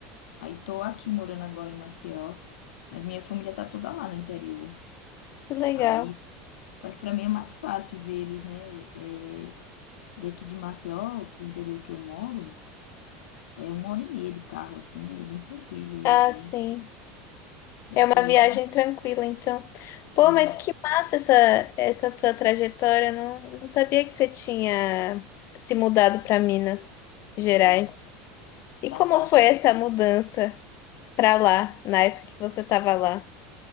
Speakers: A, on the left; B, on the left.
A: Aí tô aqui morando agora em Maceió, mas minha família tá toda lá no interior.
B: Que legal.
A: Aí, só que para mim é mais fácil vê-los, né? É, daqui de Maceió pro interior que eu moro. É uma hora e meia de carro, assim, é bem tranquilo ir
B: Ah,
A: e
B: sim.
A: vir. Dá
B: Uma
A: pra fazer
B: viagem
A: tudo.
B: tranquila, então. Pô,
A: É,
B: mas que massa essa, essa tua trajetória. Não, não sabia que você tinha se mudado para Minas Gerais.
A: Foi,
B: E
A: passei
B: como foi
A: dois.
B: essa mudança para lá, na época que você estava lá?